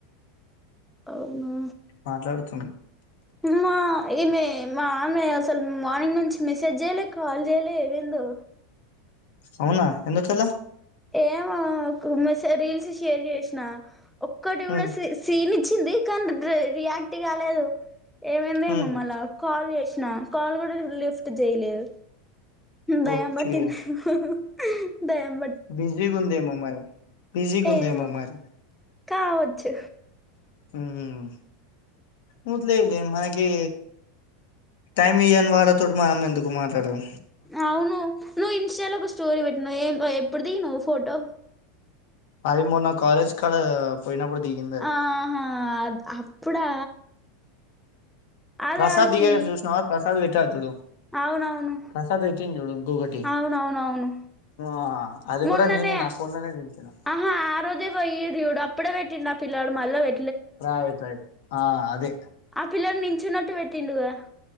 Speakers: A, in the centre; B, on the left.
A: అవునా?
B: మాట్లాడుతున్నా.
A: తినుమా, ఈమె మా ఆమె అసలు మార్నింగ్ నుంచి మెసేజ్ జేయలే, కాల్ జేయలే, ఏమందో.
B: అవునా? ఎందుకలా?
A: ఏమో, ఒక మెసేజ్ రీల్స్ షేర్ చేసిన. ఒక్కటి కూడా
B: ఉమ్,
A: సీ సి నిచ్. వచ్చింది కానీ దాదిరీ రియాక్ట్ కాలేదు. ఏమైంది ఏమో,
B: ఉమ్,
A: మల్లా కాల్ చేసి చేసిన కాల్ కూడా లిఫ్ట్ చేయలేదు. దెయ్యం
B: ఓకే
A: బట్టిందేమో. హు. దెయ్యం
B: బిజీ గూందేమో మరి, బిజీ గూందేమో
A: ఏమో
B: మరి.
A: కావచ్చు.
B: మ్మ్.. వదిలేయిలే, మనకి టైమ్ ఇయ్వని వాళ్ళతోటి మనం ఎందుకు మాట్లాడం.
A: అవును నువ్ ఇన్స్టాలో ఒక స్టోరి పే నీవు ఏం, ఎప్పుడు దిగినవు ఫోటో?
B: అది మొన్న కాలేజ్ కాడ పోయినప్పుడు దిగింది అది
A: ఆహా అ అప్పుడా? అదే
B: ప్రసాద్
A: ఆడసి
B: దిగినాడు చూసినవా ప్రసాద్ ఫోటోలు పెట్టినా చూడు
A: అవునవును
B: ప్రసాద్ పెట్టిండు చూడు ఇంకొకటి
A: అవునవునవును
B: ఆ అది
A: మొన్ననే
B: కూడా నేనే నా ఫోన్ లోనే దింపిన
A: ఆహా ఆ రోజే పోయిన్రు చూడు అప్పుడే పెట్టిండు పిల్లాడు మల్లా పే
B: రా ఇటుర ఆ అదే
A: ఆ పిల్లలు నించున్నట్ పెట్టిండు గా